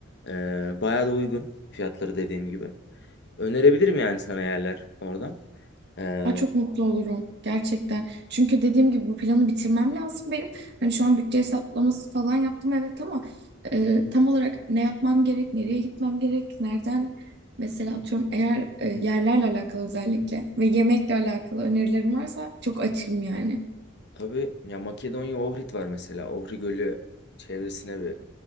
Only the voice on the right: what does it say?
Aa, çok mutlu olurum. Gerçekten. Çünkü dediğim gibi bu planı bitirmem lazım benim. Hani şu an bütçe hesaplaması falan yaptım evet ama e, tam olarak ne yapmam gerek, nereye gitmem gerek, nereden mesela atıyorum eğer e, yerlerle alakalı özellikle ve yemekle alakalı önerilerim varsa çok açığım yani.